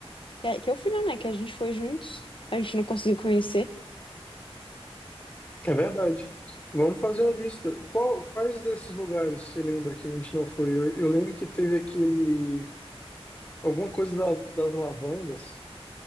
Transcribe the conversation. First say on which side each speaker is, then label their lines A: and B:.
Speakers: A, on the left; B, on the left.
A: é, que eu fui não, né? Que a gente foi juntos, a gente não conseguiu conhecer.
B: É verdade. Vamos fazer uma lista. Qual- quais desses lugares você lembra que a gente não foi? Eu, eu lembro que teve aquele. Alguma coisa da- das lavandas.